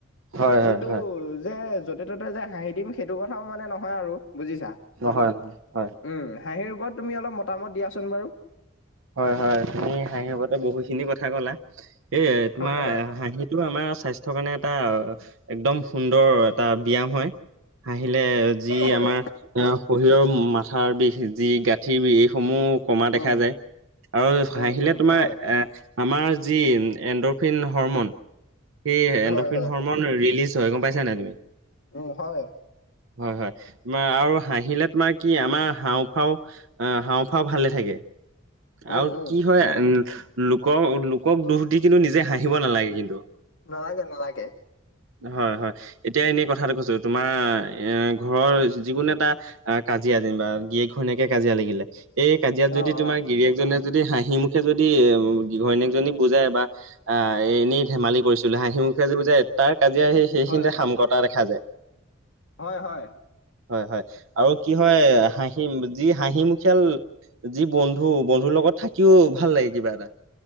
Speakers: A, on the right; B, on the left.
A: হয়
B: কিন্তু
A: হয় হয় হয়
B: যে য'তে ততে যে হাঁহি দিম সেইটো কথাও মানে নহয় আৰু বুজিছা
A: নহয় হয়
B: উম হাঁহিৰ ওপৰত তুমি অলপ মতামত দিয়াচোন বাৰু
A: হয় হয় তুমি হাঁহিৰ সৈতে বহুখিনি কথা ক'লা এই তোমাৰ
B: হয় হয়
A: হাঁহিটো আমাৰ স্বাস্থ্যৰ কাৰণে এটা একদম সুন্দৰ এটা ব্যায়াম হয়। হাহিলে যি
B: হয়
A: আমাৰ এ শৰীৰৰ মাথাৰ বিষ যি গাঁঠিৰ বিষ এইসমূহ কমা দেখা
B: উম
A: যায় আৰু হাঁহিলে
B: উম উম
A: তোমাৰ
B: হয়
A: এ আমাৰ যি এণ্ড'ফিন হ'ৰমন সেই এণ্ডফিন
B: হয় হয়
A: হ'ৰমন ৰিলিজ হয় গম পাইছা নাই তুমি
B: উম হয়
A: হয় হয় তোমাৰ আৰু হাঁহিলে তোমাৰ কি আমাৰ হাওঁফাওঁ আ হাওঁফাও ভালে থাকে
B: উম
A: আৰু
B: উম
A: কি হয় উম লোকক লোকক দুখ দি কিন্তু নিজে হাঁহিব নেলাগে কিন্তু
B: নালাগে নালাগে
A: হয় হয় এতিয়া এনেই কথাটো কৈছোঁ তোমাৰ এ ঘৰৰ যিকোনো এটা আ কাজিয়াত যেনিবা গিৰিয়েক ঘৈণীয়েকে কাজিয়া লাগিলে এই কাজিয়াত যদি
B: অ অ
A: তোমাৰ গিৰিয়েকজনে যদি হাঁহি মুখে যদি ঘৈণীয়েকজনী বুজাই বা আ এনেই ধেমালি কৰিছিলোঁ হা মুখে যদি বুজাই তাৰ কাজিয়া সেই সেইখিনিতে
B: হয় হয়
A: সামকতা দেখা যায়
B: হয় হয়
A: হয় হয় আৰু কি হয়
B: কি
A: হাঁহি যি হাঁহি মুখীয়াল যি বন্ধু বন্ধুৰ লগত থাকিও ভাল লাগে কিবা এটা